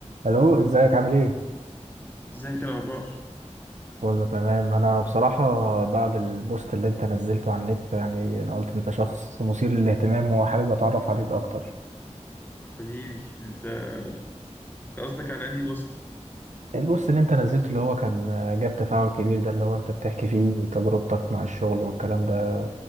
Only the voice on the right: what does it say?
الو ازيك عامل ايه
كله تمام انا بصراحه بعد البوست اللي انت نزلته على النت يعني انا قلت انت شخص مثير للاهتمام وحابب اتعرف عليك اكتر
البوست اللي انت نزلته اللي هو كان جاب تفاعل كبير ده اللي هو انت بتحكي فيه تجربتك مع الشغل والكلام ده